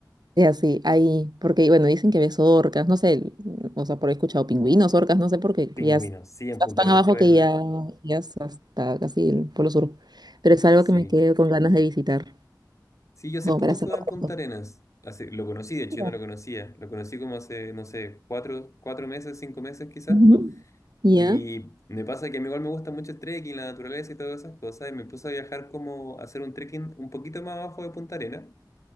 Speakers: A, on the right (about 65°); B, on the left (about 45°).
A: Y así, ahí, porque bueno, dicen que ves orcas, no sé, o sea, por ahí he escuchado pingüinos, orcas, no sé, porque
B: Pingüinos.
A: ya es-
B: Sí, en
A: estás
B: Punta
A: tan
B: Arenas
A: abajo
B: puedes
A: que
B: ver.
A: ya, ya es hasta casi el Polo Sur. Pero es algo
B: Sí.
A: que me quedo con ganas de visitar,
B: Sí, yo hace
A: como
B: poco
A: para hacerlo
B: estuve en Punta
A: pronto.
B: Arenas. Hace, lo conocí, de hecho yo
A: Ya.
B: no lo conocía. Lo conocí como hace, no sé, cuatro, cuatro meses, cinco meses quizás.
A: Ujú. Ya,
B: Y me pasa que a mí igual me gusta mucho el trekking, la naturaleza y todas esas cosas, y me puse a viajar como a hacer un trekking un poquito más abajo de Punta Arenas,